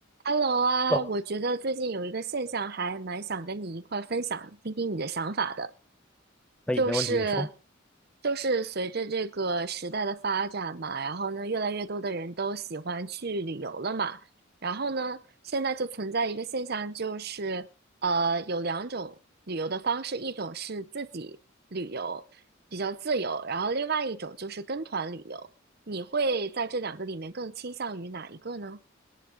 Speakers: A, on the right; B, in the centre.
A: Hello 啊，
B: 哦，
A: 我觉得最近有一个现象还蛮想跟你一块儿分享，听听你的想法的，
B: 可以，
A: 就是
B: 没问题，你说。
A: 就是随着这个时代的发展嘛，然后呢，越来越多的人都喜欢去旅游了嘛，然后呢，现在就存在一个现象，就是呃，有两种旅游的方式，一种是自己旅游，比较自由，然后另外一种就是跟团旅游，你会在这两个里面更倾向于哪一个呢？